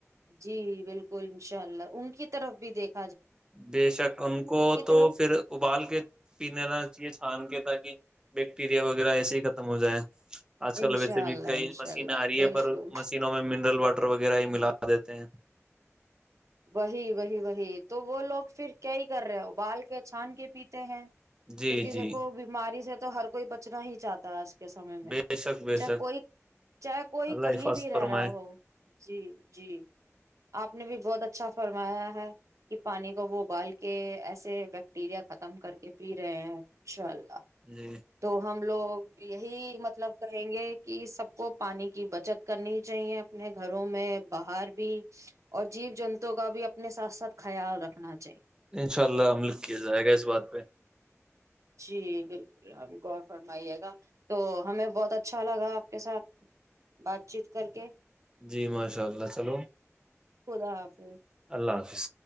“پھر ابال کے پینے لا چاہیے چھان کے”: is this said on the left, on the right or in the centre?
Right